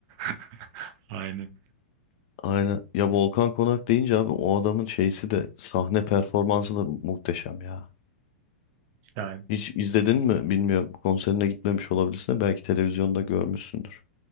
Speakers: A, on the right; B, on the left.
A: <laughs> Aynen.
B: Aynen. Ya Volkan Konak deyince abi o adamın şeysi de sahne performansı da muhteşem ya.
A: Yani,
B: Hiç izledin mi bilmiyorum. Konserine gitmemiş olabilirsin de belki televizyonda görmüşsündür.